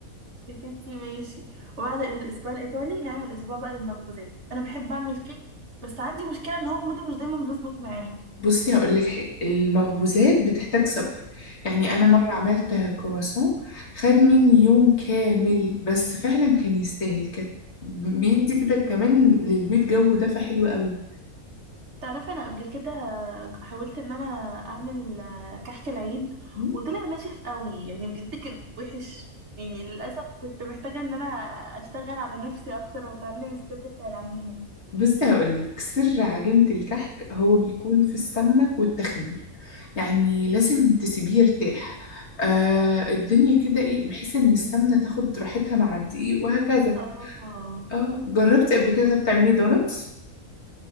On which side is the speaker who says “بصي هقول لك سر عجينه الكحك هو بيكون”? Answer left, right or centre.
Left